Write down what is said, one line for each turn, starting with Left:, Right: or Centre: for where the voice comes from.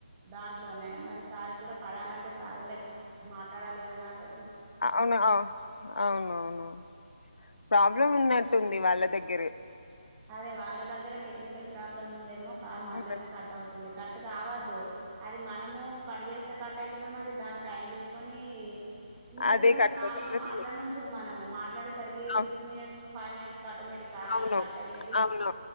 Right: దాంట్లోనే మరి సారు గూడా పడాలంటే సార్ కూడా ఎక్కువ మాట్లాడాలి గా నాతో
Left: అవున అవునవును ప్రాబ్లమ్ ఉన్నట్ ఉంది వాళ్ళ దగ్గరే
Right: అదే వాళ్ళ దగ్గరె టెక్నికల్ ప్రాబ్లం ఉందేమో కాల్
Left: అవునండి.
Right: మధ్యల్నే కట్ అవుతుంది కట్ కావాద్దు అది మనము పడు చేేసి కట్ అయితది మరి దాని టైం చూస్ కొని ఇంతకు
Left: అదే
Right: ముందు
Left: కట్
Right: కాల్
Left: అవుతుందో
Right: లో మాట్లాడినం
Left: తెలీదు
Right: చూడు మనము మాట్లాడేసరికి
Left: అవ్
Right: సిక్స్ మినిట్స్ కి ఫైవ్ మినిట్స్ కి ఆటోమేటిక్ కాల్
Left: అవును
Right: కట్ అయ్యేది
Left: అవును